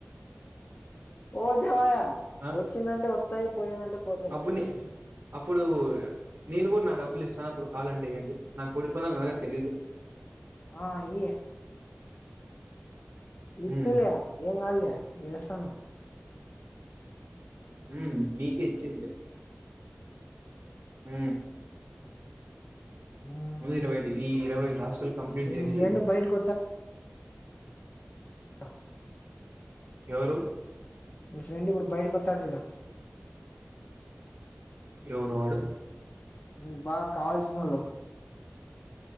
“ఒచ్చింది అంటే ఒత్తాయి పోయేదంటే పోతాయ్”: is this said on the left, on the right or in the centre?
Left